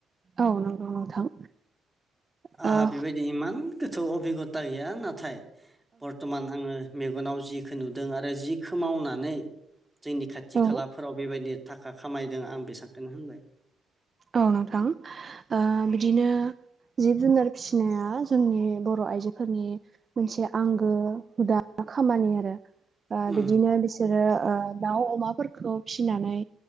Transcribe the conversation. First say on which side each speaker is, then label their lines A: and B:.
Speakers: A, on the right; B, in the centre.
A: औ नंगौ नोंथां। औ
B: आहा बेबायदि इमान गोथौ अबिगता गैया नाथाय बरटमान आङो मेगनाव जिखो नुदों आरो जिखो मावनानै जोंनि खाथि
A: औ
B: खाला फोराव बेबायदि थाखा खामायदों आं बेसांखोनो होनबाय।
A: औ नोंथां आ बिदिनो जिब जुनार फिसिनाया जोंनि बर' आइजोफोरनि मोनसे आंगो हुदा खामानि आरो आ
B: उम
A: बिदिनो बिस सोरो ओ दाउ अमाफोरखौ फिसिनानै